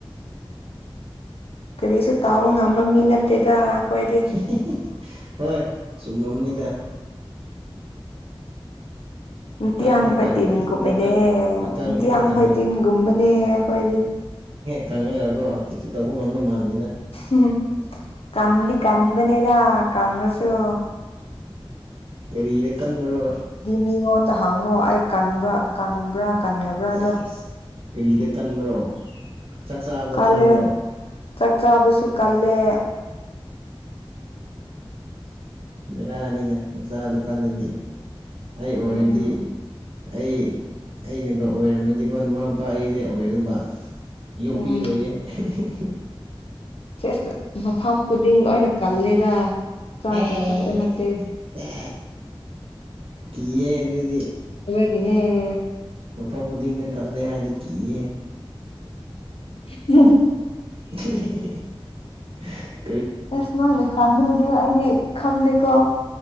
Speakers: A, on the left; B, on the right.
A: ꯀꯔꯤꯁꯨ ꯇꯥꯎꯕ ꯉꯝꯕ ꯃꯤ ꯅꯠꯇꯦꯗ ꯑꯩꯈꯣꯏꯗꯤ
B: <unintelligible> ꯍꯣꯏ ꯆꯨꯝꯃꯝꯅꯤꯗ
A: ꯅꯨꯡꯇꯤꯌꯥꯡ
B: ꯏꯀꯪ ꯍꯦꯛ
A: ꯐꯥꯏꯇꯤꯟꯒꯨꯝꯃꯦꯗꯦ
B: ꯀꯪ ꯏꯀꯪ ꯏꯀꯪ
A: ꯅꯨꯡꯇꯤꯌꯥꯡ
B: ꯍꯦꯛ ꯀꯪꯉ
A: ꯐꯥꯏꯇꯤꯟꯒꯨꯝꯕꯅꯦ ꯑꯩꯈꯣꯏꯗꯤ
B: ꯇꯧꯑꯦꯒꯣ ꯀꯩꯁꯨ ꯇꯧꯕ ꯉꯝꯗꯧ ꯃꯥꯟꯇꯦ
A: ꯎꯝ ꯀꯝꯕꯤ ꯀꯟꯕꯅꯦꯗꯥ ꯀꯥꯒ꯭ꯔꯦꯁꯨꯣ
B: ꯀꯔꯤꯔ ꯀꯟꯕ꯭ꯔꯣ
A: ꯃꯤꯉꯣꯟꯗ ꯍꯪꯉꯣ ꯑꯩ ꯀꯟꯕ ꯀꯟꯕ꯭ꯔꯥ ꯀꯟꯗꯕ꯭ꯔꯥꯗꯣ
B: ꯑꯦꯁ ꯀꯔꯤꯗ ꯀꯟꯕ꯭ꯔꯣ ꯆꯥꯛ ꯆꯥꯕꯗ
A: ꯀꯜꯂꯦ
B: ꯀꯟꯕꯔꯣ
A: ꯆꯥꯛ ꯆꯥꯕꯁꯨ ꯀꯜꯂꯦ
B: ꯕꯦꯔꯅꯤꯗ ꯃꯁꯥꯗꯣ ꯀꯟꯂꯗꯤ ꯑꯩ ꯑꯣꯏꯔꯗꯤ
A: ꯎꯝ
B: ꯑꯩ ꯑꯩꯅꯒ ꯑꯣꯏꯔꯝꯃꯗꯤꯀꯣ ꯃꯃꯥ ꯃꯄꯥ ꯑꯩꯁꯦ ꯑꯣꯏꯔꯨꯕ ꯌꯣꯛꯄꯤꯔꯣꯏꯌꯦ
A: ꯎꯝ
B: ꯎ
A: ꯆꯁ ꯃꯐꯝ ꯈꯨꯗꯤꯡ ꯂꯣꯏ ꯀꯜꯂꯦꯗ ꯆꯥꯛꯀꯤ
B: ꯑꯦ
A: ꯈꯛꯇ ꯅꯠꯇꯦ
B: ꯐ ꯀꯌꯦ ꯑꯗꯨꯗꯤ
A: ꯔꯤꯂꯦꯌꯦ
B: ꯃꯐꯝ ꯈꯨꯗꯤꯡꯗ ꯀꯜꯂꯦ ꯍꯥꯏꯅ ꯀꯤꯌꯦ
A: ꯎ
B: <inaudible>
A: ꯏꯁ ꯏꯁꯅꯨ ꯂꯦ ꯈꯥꯟ ꯑꯗꯨꯗꯤ ꯑꯩꯗꯤ ꯈꯪꯗꯦꯀꯣ